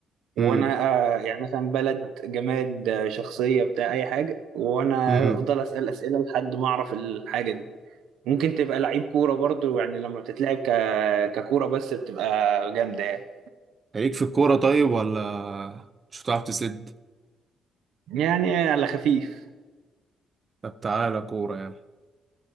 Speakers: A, on the right; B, on the right.
A: وانا
B: امم
A: آه، يعني مثلا بلد جماد آه، شخصيه بتاع اي حاجه وانا
B: امم
A: افضل اسال اسئله لحد ما اعرف الحاجه دي ممكن تبقى لعيب كوره برضو يعني لما بتتلعب ك- ككوره بس بتبقى جامده يعني
B: ليك في الكورة طيب ولا مش هتعرف تسد؟
A: يعني على خفيف
B: طب تعالى كورة يعني